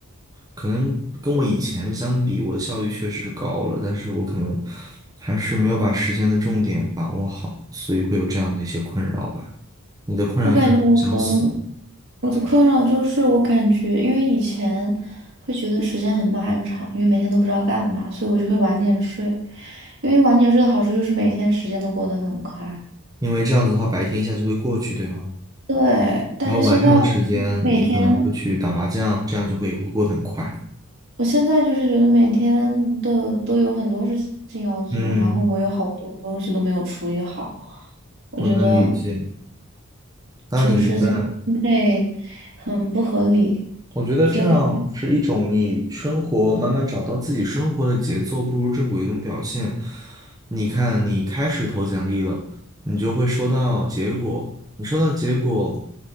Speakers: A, on the right; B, on the right.
A: 可能跟我以前相比，我的效率确实是高了，但是我可能还是没有把时间的重点把握好，所以会有这样的一些困扰吧。你的困扰应该嗯，
B: 我感觉我的
A: 很相似，
B: 我的困扰就是，我感觉因为以前会觉得时间很漫长，因为每天都不知道干嘛，所以我就会晚点睡。因为晚点睡的好处就是每天时间都过得很快。
A: 因为这样子的话，白天一下就会过去，对吗？
B: 对，但是现在我每天，
A: 然后晚上的时间，你可能会去打麻将，这样就会会过得很快。
B: 我现在就是觉得每天的都有很多事情要做，
A: 嗯，
B: 然后我有好多东西都没有处理好，我觉得
A: 我能理解。当你一旦
B: 就是时间分配很不合理，
A: 我觉得这样是一种你生活慢慢找到自己生活的节奏步入正轨的一种表现。
B: 觉得太，
A: 你看，你开始投简历了，你就会收到结果。你收到结果，